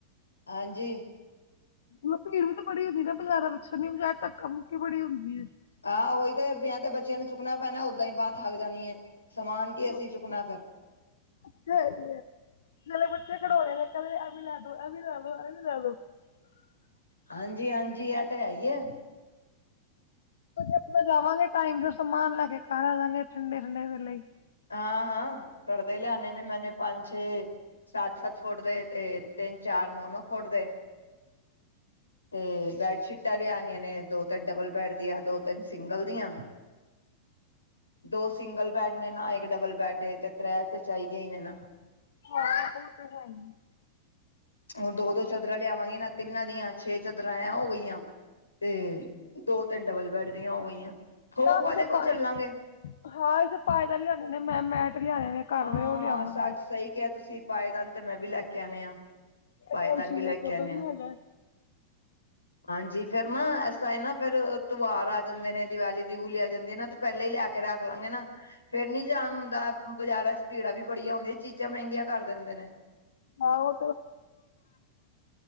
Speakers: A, on the left (about 80°); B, on the left (about 65°).
A: ਹਾਂਜੀ।
B: ਮਤਲ ਭੀੜ ਵੀ ਤਾਂ ਬੜੀ ਹੁੰਦੀ ਨਾ ਬਾਜ਼ਾਰਾਂ ਵਿੱਚਛਣ ਨੀ ਬਜ਼ਾਰ ਧੱਕ ਮੁੱਕੀ ਬੜੀ ਹੁੰਦੀ ਹੈ।
A: ਆਾਂ ਉਹੀ ਤੇ ਵਿਆਹ ਤੇ ਬੱਚਿਆਂ ਨੂੰ ਚੁੱਕਣਾ ਪੈਣਾ ਓਦਾਂ ਹੀ ਬਾਂਹ ਥਕ ਜਾਣੀ ਹੈ।
B: ਸ
A: ਸਮਾਨ ਕੀ
B: ਬ।
A: ਅਸੀਂ ਚੁੱਕਣਾ ਫਿਰ
B: ੇ ਖਟੋਰੇ ਦੇ। ਅ ਲ ਅ ਲ। ਉਹ ਆ ਲ।
A: ਹਾਂਜੀ ਹਾਂਜੀ ਆ ਤੇ ਹੈਈ ਹੈ।
B: ਆਪਣਾ ਜਾਵਾਂਗੇ ਟਾਈਮ ਫ ਸਮਾਨ ਲੈ ਕੇ ਘਰ ਆ ਜਾਾਂਗੇ ਠੰਡੇ ਠੰਡੇ ਵੇਲੇ
A: ਹਾਂ ਹਾਂ ਪਰਦੇ ਲਿਆਣੇ ਨੇ ਮੈਨੇ ਪੰਜ ਛੇ ਸਤ ਸੱਤ ਫੁਟ ਦੇ ਤੇ ਤਿੰਨ ਚਾਰ ਨੋ ਨੋ ਫੁੱਟ ਦੇ ਤੇ ਬੈਡਸ਼ੀਟਾਂ ਲਿਆਉਣੀਆਂ ਨੇ ਦੋ ਤਿੰਨ ਡਬਲ ਬੈਡ ਦੀਆਂ ਦੋ ਤਿੰਨ ਸਿੰਗਲ ਦੀਆਂ ਦੋ ਸਿੰਗਲ ਬੈਡ ਨੇ ਨਾ ਇੱਕ ਡਬਲ ਬੈਡ ਤੇ ਤ੍ਰੈ ਤੇ ਚਾਹੀਦੀਆਂ ਹੀ ਨਾ।
B: ਹਾਂ ਉਹ ਤੇ ਹੈ ਹੀ।
A: ਹੁਣ ਦੋ ਦੋ ਚਾਦਰਾਂ ਲਿਆਵਾਂਗੇ ਨਾ ਤਿੰਨਾਂ ਦੀਆਂ ਛੇ ਚਾਦਰਾਂ ਐ ਹੋ ਗਈਆਂ ਤੇ ਦੋ ਤਿੰਨ ਡਬਲ ਬੜਦੀਆਂ ਹੋ ਗਈਆਂ। ਥੋਕ
B: ਨਾ
A: ਵਾਲੇ
B: ਅਸੀਂ ਤੇਏ
A: ਕੋਲ ਚੱਲਾਂਗੇ
B: ਹਾਂ ਅ ਤੇ ਪਾਏਦ ਲਿਆਣੇ ਨੇ ਮੈਂ ਮੈਟ ਲਿਆਣੇ ਨੇ ਘਰ
A: ਹਾਂ
B: ਦੇ ਉਹ ਲਿਆਵਾਂਗੀ
A: ਸੱਚ ਸਹੀ ਕਿਹਾ ਤੁਸੀਂ ਪਾਏਦਾਨ ਤੇ ਮੈਂ ਵੀ ਲੈ ਕੇ ਆਉਂਣੇ ਆਂ। ਪਾਏਦਾਨ
B: ਆਕਾਂਸ਼ੀ
A: ਵੀ ਲੈ
B: ਦਾ
A: ਕੇ
B: ਕਦਰ
A: ਆਉਦੇ
B: ਨੀ
A: ਹ
B: ਹੈਗਾ।
A: ਹਾਂਜੀ। ਫੇਰ ਨਾ ਐਸਾ ਨਾ ਫੇਰ ਤਿਵਹਾਰ ਆ ਜਾਂਦੇ ਨੇ ਦੀਵਾਲੀ ਦੀਵੂਲੀ ਆ ਜਾਂਦੀ ਹੈ ਨਾ ਤੇ ਪਹਿਲੇ ਹੀ ਲਿਆ ਕੇ ਕੇ ਰੱਖ ਲਾਂਗੇ ਨਾ ਫੇਰ ਨੀ ਜਾਨ ਹੁੰਦਾ। ਬਾਜ਼ਾਰਾਂ ਚ ਭੀੜਾ ਵੀ ਬੜੀਆਂ ਹੁੰਦੀਆਂ ਚੀਜ਼ਾਂ ਮਹਿੰਗੀਆਂ ਕਰ ਦਿੰਦੇ ਨੇ
B: ਹਾਂ ਉਹ